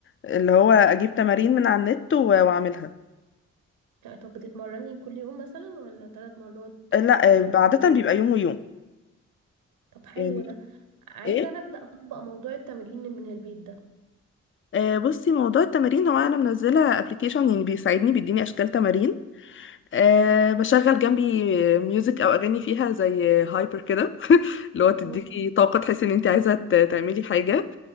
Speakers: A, on the left (about 40°); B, on the right (about 85°).
A: اللي هو اجيب تمارين من على النت و- واعملها
B: لا، طب بتتمرني كل يوم مثلا ولا ثلاث مرات
A: لا
B: في
A: آه،
B: الأسبوع
A: عادة بيبقى يوم ويوم
B: طب حلو
A: يعني
B: ده عايزة
A: ايه
B: أنا أبدأ أطبق موضوع التمرين من البيت ده
A: آه، بصي موضوع التمارين هو انا منزله ابلكيشن يعني بيساعدني بيديني اشكال تمارين أه بشغل جنبي ميوزك او اغاني فيها زي هايبر كده <laughs> اللي هو تديكي
B: أه.
A: طاقه تحسي ان انت عايزه ت- تعملي حاجه